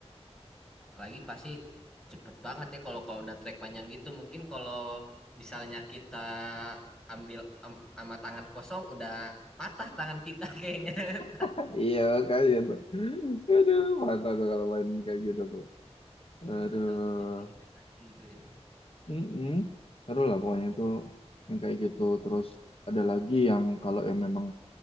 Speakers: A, in the centre; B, on the left.
A: Apalagi pasti cepet banget ya kalau kalau udah trek panjang gitu. Mungkin kalau misalnya kita ambil am- sama tangan kosong udah patah tangan kita <laughs> kayaknya.
B: <laughs> Iya, kayak gitu. Aduh, mantap tuh kalau main kayak gitu tuh.
A: Iya,
B: Aduh.
A: aduh aku jadi gitu jadi.
B: mm Seru lah pokoknya itu yang kayak gitu. Terus ada lagi yang kalau yang memang